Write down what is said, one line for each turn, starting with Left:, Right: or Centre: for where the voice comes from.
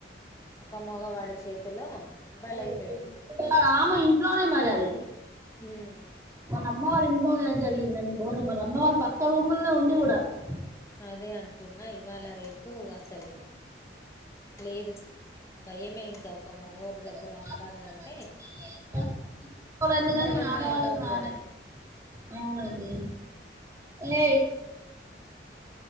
Left: ఒక మగవాడి చేతిలో బలైపోయింది
Right: అయిపోయింది ఆమె ఇంట్లోనే మరి అది
Left: మ్మ్
Right: వాళ్ళ అమ్మవాళ్ళ ఇంట్లోనే జరిగింది అది గోరం వాళ్ళ అమ్మ
Left: మ్మ్
Right: వాళ్లు పక్క రూములో ఉండి కూడా డ
Left: అదే అంటున్నా ఇవాళ రేపు అసలు లేదు భయమే ఇంకా ఒక మొగోని దగ్గర
Right: స్వాతంత్రం
Left: ఉండాలంటే
Right: వచ్చి స్వాతంత్రం కానీ
Left: భయం
Right: మన ఆడవాళ్ళకి
Left: భయంగా ఉండడమే
Right: రాలేదు అవునండి ఏ